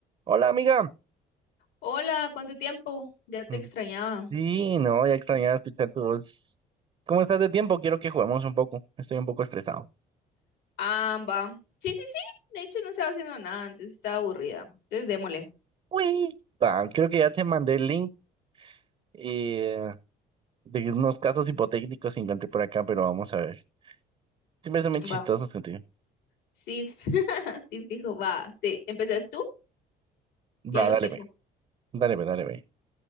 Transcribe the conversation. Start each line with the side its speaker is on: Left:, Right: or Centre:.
Right: Hola, amiga.
Left: Hola, ¿cuánto tiempo? Ya te
Right: Mm,
Left: extrañaba.
Right: Sí, no, ya extrañaba escuchar tu voz. ¿Cómo estás de tiempo? Quiero que juguemos un poco. Estoy un poco estresado.
Left: Ah, va. Sí, sí, sí. De hecho, no estaba haciendo nada, entonces estaba aburrida. Entonces, démosle.
Right: Uy. Va, creo que ya te mandé el link eh, de unos casos hipotéticos que encontré por acá, pero vamos a ver. Siempre son bien chistosos
Left: Va.
Right: contigo.
Left: Sí, <laughs> sí, fijo. Va. Te... ¿Empezás tú? Ya
Right: Va,
Left: los
Right: dale,
Left: tengo.
Right: ve. Dale, ve, dale, ve.